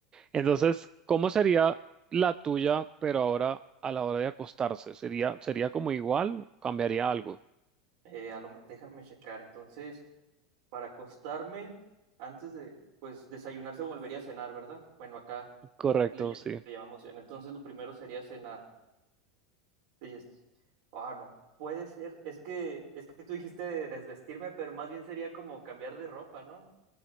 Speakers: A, on the right; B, on the right.
A: Entonces, ¿cómo sería la tuya, pero ahora a la hora de acostarse? ¿Sería, sería como igual? ¿Cambiaría algo?
B: Eh, a lo me- déjame checar. Entonces, para acostarme, antes de, pues, desayunar se volvería a cenar, ¿verdad? Bueno, acá
A: Correcto,
B: le, llam-
A: sí.
B: le llamamos cena. Entonces, lo primero sería cenar. Sí, es- Ah, no. Puede ser, es que, es que tú dijiste desvestirme, pero más bien sería como cambiar de ropa, ¿no?